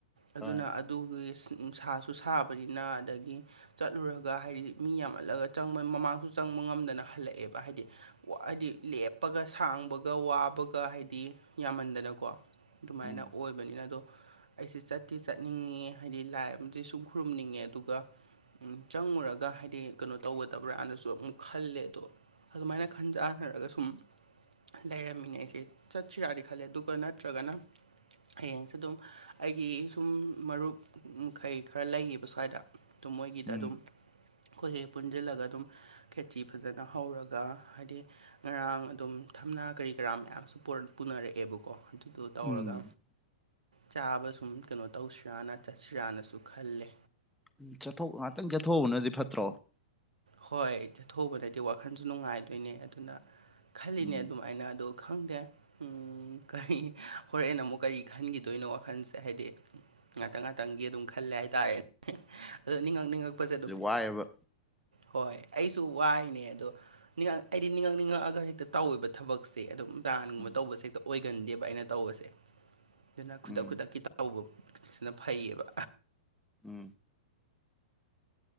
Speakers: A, on the right; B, in the centre.
A: ꯑꯗꯨꯅ
B: ꯍꯣꯏ
A: ꯑꯗꯨꯒꯤ ꯎꯝ ꯁꯥꯁꯨ ꯁꯥꯕꯅꯤꯅ ꯑꯗꯒꯤ ꯆꯠꯂꯨꯔꯒ ꯍꯥꯏꯗꯤ ꯃꯤ ꯌꯥꯝꯃꯠꯂꯒ ꯆꯪꯕ ꯃꯃꯥꯡꯁꯨ ꯆꯪꯕ ꯉꯝꯗꯅ ꯍꯜꯂꯛꯑꯦꯕ ꯍꯥꯏꯗꯤ ꯋꯥꯏ ꯑꯩꯗꯤ ꯂꯦꯞꯄꯒ ꯁꯥꯡꯕꯒ ꯋꯥꯕꯒ ꯍꯥꯏꯗꯤ ꯌꯥꯝꯃꯟꯗꯅꯀꯣ ꯑꯗꯨꯃꯥꯏꯅ
B: ꯎꯝ
A: ꯑꯣꯏꯕ ꯂꯩꯕꯅꯤꯅ ꯑꯗꯣ ꯑꯩꯁꯦ ꯆꯠꯇꯤ ꯆꯠꯅꯤꯡꯉꯦ ꯍꯥꯏꯗꯤ ꯂꯥꯏ ꯑꯃꯗꯤ ꯁꯨꯝ ꯈꯨꯔꯨꯝꯅꯤꯡꯉꯦ ꯑꯗꯨꯒ ꯆꯪꯉꯨꯔꯒ ꯍꯥꯏꯗꯤ ꯀꯩꯅꯣ ꯇꯧꯒꯗꯕ꯭ꯔꯥꯅꯁꯨ ꯑꯃꯨꯛ ꯈꯜꯂꯦ ꯑꯗꯣ ꯑꯗꯨꯃꯥꯏꯅ ꯈꯟꯖꯥꯟꯅꯔꯒꯁꯨꯝ ꯂꯩꯔꯝꯃꯤꯅꯦ ꯑꯩꯁꯦ ꯆꯠꯁꯤꯔꯥꯗꯤ ꯈꯜꯂꯦ ꯑꯗꯨꯒ ꯅꯠꯇ꯭ꯔꯒꯅ ꯍꯌꯦꯡꯁꯦ ꯑꯗꯨꯝ ꯑꯩꯒꯤ ꯁꯨꯝ ꯃꯔꯨꯞ ꯃꯈꯩ ꯈꯔ ꯂꯩꯌꯦꯕ ꯁ꯭ꯋꯥꯏꯗ ꯑꯗꯨꯝ ꯃꯣꯏꯒꯤꯗ
B: ꯎꯝ
A: ꯑꯗꯨꯝ ꯑꯩꯈꯣꯏꯒꯩ ꯄꯨꯟꯁꯤꯜꯂꯒ ꯑꯗꯨꯝ ꯈꯦꯆꯤ ꯐꯖꯅ ꯍꯧꯔꯒ ꯍꯥꯏꯗꯤ ꯉꯔꯥꯡ ꯑꯗꯨꯝ ꯊꯝꯅꯥ ꯀꯔꯤ ꯀꯔꯥ ꯃꯌꯥꯝꯁꯨ ꯄꯨꯅꯔꯛꯑꯦꯕꯀꯣ ꯑꯗꯨ ꯑꯗꯨ ꯇꯧꯔꯒ
B: ꯎꯝ
A: ꯆꯥꯕ ꯁꯨꯝ ꯀꯩꯅꯣ ꯇꯧꯁꯤꯔꯥꯅ ꯆꯠꯁꯤꯔꯥꯅꯁꯨ ꯈꯜꯂꯦ
B: ꯎꯝ ꯆꯠꯊꯣꯛ ꯉꯍꯥꯛꯇꯪ ꯆꯠꯊꯣꯛꯎꯕꯅꯗꯤ ꯐꯠꯇ꯭ꯔꯣ
A: ꯍꯣꯏ ꯆꯠꯊꯣꯛꯎꯕꯅꯗꯤ ꯋꯥꯈꯜꯁꯨ ꯅꯨꯡꯉꯥꯏꯗꯣꯏꯅꯦ ꯑꯗꯨꯅ ꯈꯜꯂꯤꯅꯦ
B: ꯎꯝ
A: ꯑꯗꯨꯝ ꯍꯥꯏꯅꯗꯣ ꯈꯪꯗꯦ ꯎꯝ ꯀꯔꯤ ꯍꯣꯔꯦꯟꯅ ꯑꯃꯨꯛ ꯀꯔꯤ ꯈꯟꯈꯤꯗꯣꯏꯅꯣ ꯋꯥꯈꯜꯁꯦ ꯍꯥꯏꯗꯤ ꯉꯥꯛꯇꯪ ꯉꯥꯛꯇꯪꯒꯤ ꯑꯗꯨꯝ ꯈꯜꯂꯦ ꯍꯥꯏꯇꯥꯔꯦꯅꯦ ꯑꯗ ꯅꯤꯡꯉꯛ ꯅꯤꯡꯉꯛꯄꯁꯦ ꯑꯗꯨꯝ
B: ꯋꯥꯏꯕ
A: ꯍꯣꯏ ꯑꯩꯁꯨ ꯋꯥꯏꯅꯦ ꯑꯗꯣ ꯅꯤꯡꯉꯛ ꯑꯩꯗꯤ ꯅꯤꯡꯉꯛ ꯅꯤꯡꯉꯛꯑꯒ ꯍꯦꯛꯇ ꯇꯧꯋꯦꯕ ꯊꯕꯛꯁꯦ ꯑꯗꯨꯝ ꯄꯂꯥꯟꯒꯨꯝꯕ
B: ꯎꯝ
A: ꯇꯧꯕꯁ ꯍꯦꯛꯇ ꯑꯣꯏꯒꯟꯗꯦꯕ ꯑꯩꯅ ꯇꯧꯕꯁꯦ ꯑꯗꯨꯅ ꯈꯨꯗꯛ
B: ꯎꯝ
A: ꯈꯨꯗꯛꯀꯤ ꯇꯧꯕꯁꯤꯅ ꯐꯩꯌꯦꯕ
B: ꯎꯝ